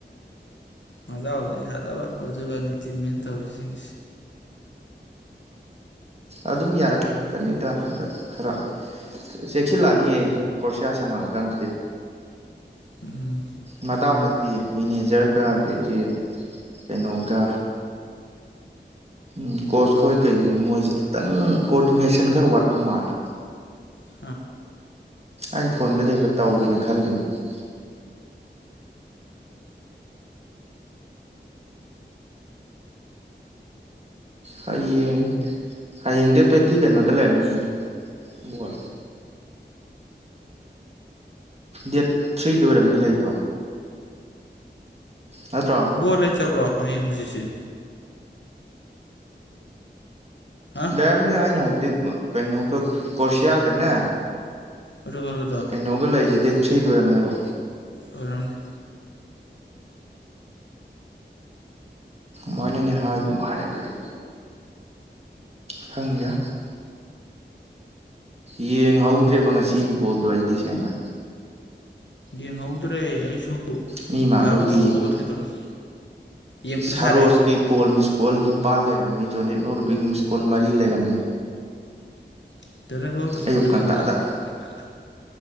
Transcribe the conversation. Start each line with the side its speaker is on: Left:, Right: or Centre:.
Left: ꯃꯗꯥꯎꯗꯤ ꯌꯥꯗꯕ ꯄꯣꯇ꯭ꯔꯨꯒꯟꯒꯤ ꯇꯤꯝꯅꯦ ꯇꯧꯔꯤꯁꯤꯡꯁꯤ
Right: ꯑꯗꯨꯝ ꯌꯥꯔꯛꯀꯅꯤꯗ ꯍꯟꯗꯛ ꯈꯥꯔ ꯆꯦꯛꯁꯤꯜꯂꯛꯑꯅꯤꯌꯦ ꯀꯣꯔꯁꯤꯌꯥ ꯁꯥꯟꯅꯕ ꯀꯥꯟꯗꯗꯤ
Left: ꯎꯝ
Right: ꯃꯗꯥꯎ ꯅꯠꯇꯤꯌꯦ ꯃꯦꯅꯦꯖꯔꯒ ꯑꯗꯩꯗꯤ ꯀꯩꯅꯣꯒ ꯎꯝ ꯀꯣꯆ ꯈꯣꯏ ꯀꯔꯤ ꯈꯣꯏ ꯃꯣꯏꯁꯦ ꯈꯤꯇꯪ ꯀꯣꯑꯣꯗꯤꯅꯦꯁꯟ ꯈꯥꯔ ꯋꯥꯠꯄ ꯃꯥꯜꯂꯦ
Left: ꯃꯥꯟꯅꯤ
Right: ꯑꯩꯅ ꯐꯣꯟꯕꯨꯗꯤ ꯍꯥꯏꯐꯦꯠ ꯇꯧꯒꯦꯅ ꯈꯜꯂꯤꯝꯅꯤ ꯍꯌꯦꯡ ꯍꯌꯦꯡ ꯗꯦꯠ ꯇ꯭ꯋꯦꯟꯇꯤ ꯀꯩꯅꯣꯗ ꯂꯩꯔꯝꯅꯤꯌꯦ ꯕꯣꯜ ꯗꯦꯠ ꯊ꯭ꯔꯤꯗ ꯑꯣꯏꯔꯝꯅꯤ ꯂꯩꯗꯣ ꯅꯠꯇ꯭ꯔꯣ
Left: ꯕꯣꯜ ꯂꯩꯇꯕ꯭ꯔꯣ ꯍꯌꯦꯡ ꯍꯪꯆꯤꯠꯁꯦ ꯍꯥ
Right: ꯂꯩꯔꯝꯅꯤ ꯑꯩꯅ ꯍꯥꯏꯕꯗꯤ ꯀꯩꯅꯣꯒ ꯑꯩꯅ ꯍꯥꯏꯗꯤ ꯀꯣꯔꯁꯤꯌꯥ ꯒꯅꯦ
Left: ꯄꯣꯔꯇꯨꯒꯜꯒꯤꯗꯣ
Right: ꯀꯩꯅꯣꯒ ꯂꯩꯔꯤꯁꯤ ꯗꯦꯠ ꯊ꯭ꯔꯤꯗ ꯑꯣꯏꯔꯝꯅꯤꯕ
Left: ꯑꯣꯏꯔꯝꯅꯤ
Right: ꯃꯣꯏꯅꯅꯦ ꯍꯥꯏꯒꯨꯝ ꯍꯥꯏꯕꯩ ꯈꯪꯗꯦ ꯌꯦꯡꯍꯧꯗ꯭ꯔꯦꯕ ꯉꯁꯤꯒꯤ ꯕꯣꯜꯗꯣ ꯑꯩꯗꯤ ꯁꯦꯡꯅ
Left: ꯌꯦꯡꯍꯧꯗ꯭ꯔꯦ ꯑꯩꯁꯨ
Right: ꯃꯤ ꯃꯥꯡꯗꯕꯨꯗꯤ
Left: ꯂꯥꯛ ꯃꯇꯝꯗ
Right: ꯌꯦꯡꯉꯤ
Left: ꯍꯧꯒꯠꯀꯦ ꯇꯧꯔꯒ ꯌꯦꯡꯕ
Right: ꯁꯔꯣꯁꯀꯤ
Left: ꯁꯥꯔꯦ
Right: ꯀꯣꯜ ꯃꯤꯁꯀꯣꯜ ꯅꯤꯄꯥꯜ ꯂꯩꯔꯝꯃꯤ ꯖꯣꯅꯦꯠ ꯃꯧꯔꯨꯕꯤꯒꯤ ꯃꯤꯁꯀꯣꯟ ꯃꯔꯤ ꯂꯩꯔꯝꯃꯦ
Left: <inaudible>
Right: ꯑꯌꯨꯛ
Left: ꯄꯣꯔꯇ꯭ꯔꯨꯒꯟꯒꯤꯔ
Right: ꯉꯟꯇꯥꯗ
Left: ꯑꯌꯨꯛ ꯉꯟꯇꯗ